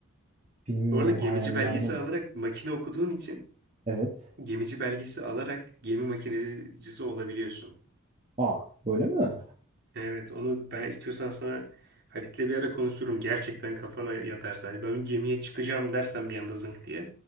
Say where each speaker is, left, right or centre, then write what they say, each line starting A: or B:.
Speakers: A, on the right; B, on the right.
A: bilmiyorum
B: Bu arada gemici
A: hayallerden.
B: belgesi alarak makine okuduğun için
A: Evet.
B: gemici belgesi alarak gemi makinecisi olabiliyorsun.
A: Aa, böyle mi?
B: Evet onu ben istiyorsan sana Halit'le bir ara konuşurum. Gerçekten kafana yatarsa. Hani ben gemiye çıkacağım dersen bir anda zınk diye.